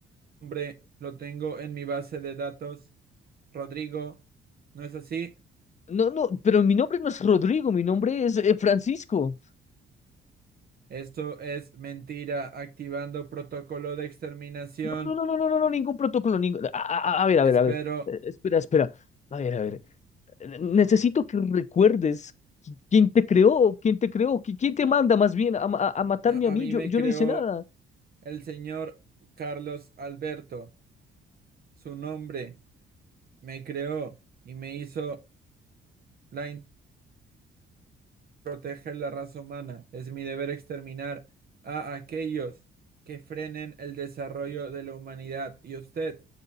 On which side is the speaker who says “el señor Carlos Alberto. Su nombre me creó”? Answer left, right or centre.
Right